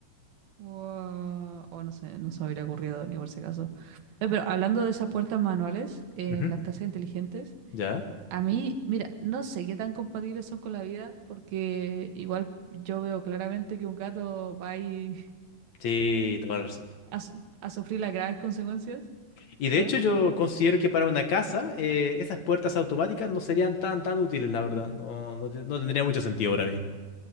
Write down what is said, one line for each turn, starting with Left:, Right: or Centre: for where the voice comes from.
Right: ¡Wow! O no sé, no se me hubiera ocurrido ni por si acaso. Oye, pero hablando de esas puertas manuales en
Left: Ujú,
Right: las casas inteligentes,
Left: ¿Ya?
Right: a mí, mira, no sé qué tan compatibles son con la vida, porque igual yo veo claramente que un gato va ahí
Left: Sí, toda la razón.
Right: <laughs> a, su- a sufrir las graves consecuencias,
Left: Y de
Right: ¿ya?
Left: hecho yo considero que para una casa eh, esas puertas automáticas no serían tan tan útiles, la verdad. No, no, te- no tendría mucho sentido para mí.